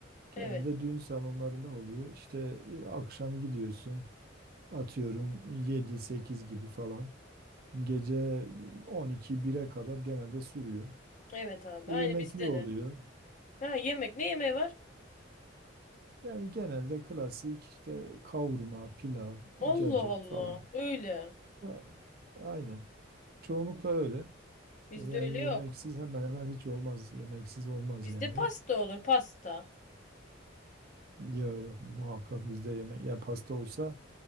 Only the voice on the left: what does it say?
Evet.
Evet abi.
Aynı
bizde
de. Ha yemek. Ne yemeği var?
Allah
Allah.
Öyle.
Bizde
öyle yok.
Bizde
pasta olur. Pasta.